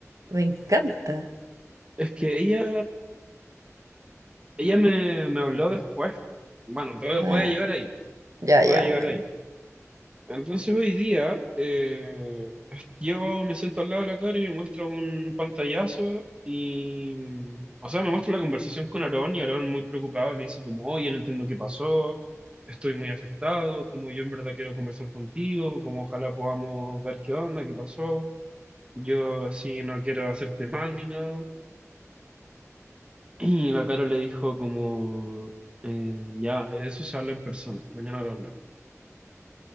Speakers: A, on the right; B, on the right.
A: Me encanta.
B: es que ella, ella me, me habló después. Bueno, voy,
A: Ah,
B: voy a llegar ahí,
A: ya,
B: voy
A: ya,
B: a llegar
A: ok.
B: ahí. Entonces hoy día eh, <laughs> yo me siento al lado de la cara y me muestra un pantallazo y, o sea, me muestra la conversación con Aarón y Aarón muy preocupado le dice como, oye, no entiendo qué pasó, estoy muy afectado, como yo en verdad quiero conversar contigo, como ojalá podamos ver qué onda, qué pasó, yo así no quiero hacerte mal ni nada. <clears throat> Y la cara le dijo como, eh, ya, de eso se habla en persona, mañana lo hablamos.